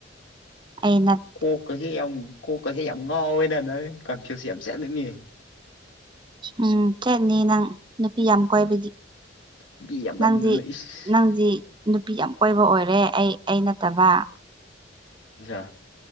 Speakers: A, on the right; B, on the left.
A: ꯑꯩ ꯅꯠ
B: ꯀꯣꯛꯀꯁꯦ ꯌꯥꯝ ꯀꯣꯛꯀꯁꯦ ꯌꯥꯝ ꯉꯥꯎꯋꯦꯅ ꯅꯣꯏ ꯀꯟꯐ꯭ꯌꯨꯁ ꯌꯥꯝ ꯆꯠꯂꯅꯤ
A: ꯎꯝ ꯆꯠꯅꯤ ꯅꯪ ꯅꯨꯄꯤ ꯌꯥꯝ ꯀꯣꯏꯕꯒꯤ
B: ꯃꯤ ꯌꯥꯝꯃꯟꯗꯅ
A: ꯅꯪꯗꯤ
B: ꯏꯁ
A: ꯅꯪꯗꯤ ꯅꯨꯄꯤ ꯌꯥꯝ ꯀꯣꯏꯕ ꯑꯣꯏꯔꯦ ꯑꯩ ꯑꯩ ꯅꯠꯇꯕ
B: ꯌꯥ